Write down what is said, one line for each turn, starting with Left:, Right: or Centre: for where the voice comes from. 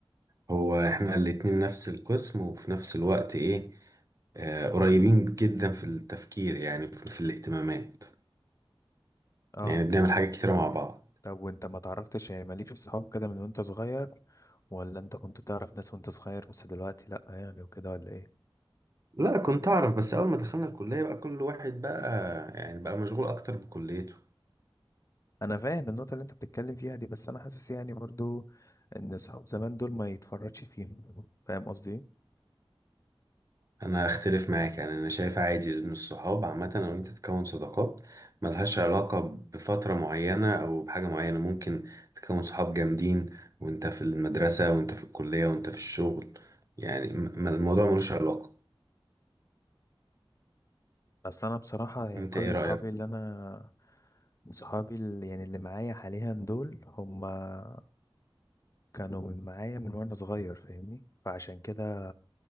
Right: هو احنا الاتنين نفس القسم وفي نفس الوقت ايه آه قريبين جدا في التفكير يعني في, في الاهتمامات
Left: اه
Right: يعني بنعمل حاجات كتيره مع بعض
Left: طب وانت ما تعرفتش يعني مالكش صحاب كده من وانت صغير ولا انت كنت تعرف ناس وانت صغير بس دلوقتي لا يعني وكده ولا ايه
Right: لا كنت اعرف بس اول ما دخلنا الكليه بقى كل واحد بقى يعني بقى مشغول اكتر بكليته
Left: انا فاهم النقطة اللي انت بتتكلم فيها دي بس انا حاسس يعني برضو ان صحاب زمان دول ما يتفرجش فيهم فاهم قصدي ايه
Right: انا اختلف معاك يعني انا شايف عادي ان الصحاب عامه او إن انت تكون صداقات ملهاش علاقه بفتره معينه او بحاجه معينه ممكن تكون صحاب جامدين وانت في المدرسه وانت في الكليه وانت في الشغل يعني م- الموضوع ملوش علاقه
Left: بس انا بصراحة يعني
Right: انت
Left: كل
Right: ايه رايك
Left: صحابي اللي انا صحابي اللي يعني اللي معايا حاليا دول هما كانوا من معايا من وانا صغير فاهمني فعشان كده